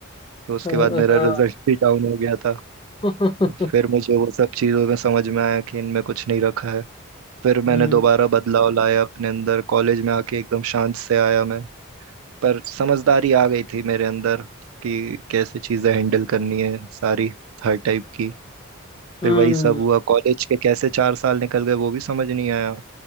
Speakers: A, on the right; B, on the left.
A: तो उसके
B: हाँ,
A: बाद मेरा
B: हाँ,
A: रिजल्ट भी डाउन हो गया था
B: <laughs>
A: तो फिर मुझे वो सब चीज़ों में समझ में आया कि इनमें कुछ नहीं रखा है फिर मैंने
B: हम्म
A: दोबारा बदलाव लाया अपने अंदर कॉलेज में आके एकदम शांत से आया मैं पर समझदारी आ गई थी मेरे अंदर कि कैसे चीज़ें हैंडल करनी है सारी हर टाइप की फिर
B: हम्म
A: वही सब हुआ कॉलेज के कैसे चार साल निकल गए वो भी समझ नहीं आया